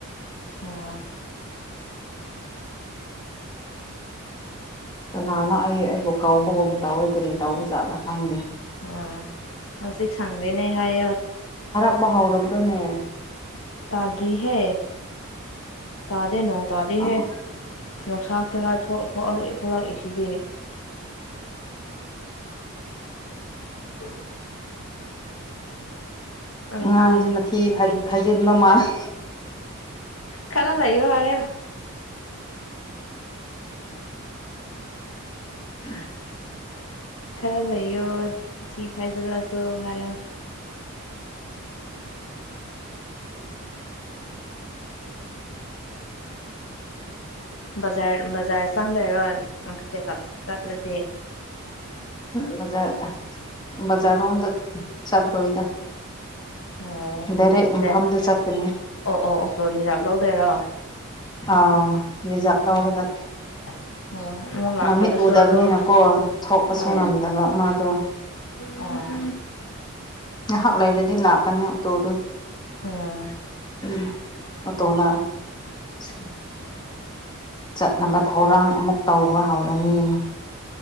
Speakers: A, on the left; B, on the left.
A: ꯑꯣ
B: ꯀꯅꯥꯅꯣ ꯑꯩ ꯑꯩꯕꯨ ꯀꯥꯎꯕꯒꯨꯝ ꯇꯥꯎꯋꯤ ꯀꯔꯤ ꯇꯥꯎꯕ ꯖꯥꯠꯂꯥ ꯈꯪꯗꯦ
A: ꯑ ꯍꯧꯖꯤ ꯁꯥꯡꯪꯗꯅꯦ ꯍꯥꯏ
B: ꯃꯍ ꯍꯧꯥꯎꯔꯕ꯭ꯔꯣꯅꯦ
A: ꯇꯥꯗꯔꯤ ꯍꯦ ꯇꯥꯗꯦ ꯅ ꯇꯥꯗꯤꯍꯦ
B: ꯑꯃ
A: ꯅꯨꯡꯁꯥ ꯈꯔ ꯊꯣꯛꯂꯛꯏꯁꯤꯗꯤ ꯎ <inaudible> ꯑꯩꯗꯤ
B: ꯑꯉꯥꯡꯁꯦ ꯃꯊꯤ
A: ꯇꯨꯝꯅꯤꯡꯉꯦꯅꯦ
B: ꯐꯥꯏꯖꯤꯟꯕ ꯃꯥꯜꯂꯦ
A: ꯈꯔ ꯂꯩꯑꯣ ꯍꯥꯏ
B: <inaudible>
A: ꯈꯔ ꯂꯩꯌꯣ ꯊꯤ ꯐꯥꯏꯖꯤꯜꯂꯁꯨ ꯍꯥꯏꯌꯣ ꯕꯖꯔ ꯕꯖꯥꯔ ꯆꯪꯗꯣꯏꯔꯣ ꯆꯦꯛꯀꯞ ꯆꯠꯂꯗꯤ
B: ꯎꯝꯖꯥꯔꯗ <inaudible> ꯕꯖꯥꯔꯔꯣꯝꯗ ꯆꯠꯂꯣꯏꯗ
A: ꯑꯣ
B: ꯗꯥꯏꯔꯦꯛ ꯃꯐꯝꯗ
A: ꯗꯦ
B: ꯆꯠꯀꯅꯤ
A: ꯑꯣ ꯑꯣ ꯑꯣꯛꯇꯣ ꯔꯤꯖꯥꯚ ꯂꯧꯗꯣꯏꯔꯣ
B: ꯑꯥ ꯔꯤꯖꯥꯚ
A: ꯎꯝ
B: ꯂꯧꯔꯒ
A: ꯑꯣ ꯑꯃꯨꯛ ꯂꯥꯛꯄꯗꯁꯨ
B: ꯃꯃꯤꯠ ꯎꯗꯕꯅꯤꯅꯀꯣ
A: ꯑꯗꯣ
B: ꯊꯣꯛꯄꯁꯨ
A: ꯑꯣ
B: ꯉꯝꯗꯕ ꯃꯥꯗꯣ
A: ꯑꯣ
B: ꯉꯥꯏꯍꯥꯛ ꯂꯩꯔꯗꯤ ꯂꯥꯛꯀꯅꯤ ꯑꯣꯇꯣꯗꯨ
A: ꯎꯝ
B: ꯎꯝ <unintelligible> ꯆꯠꯅꯥꯕꯥ ꯊꯧꯔꯥꯡ ꯑꯃꯨꯛ ꯇꯧꯕ ꯍꯧꯔꯅꯤ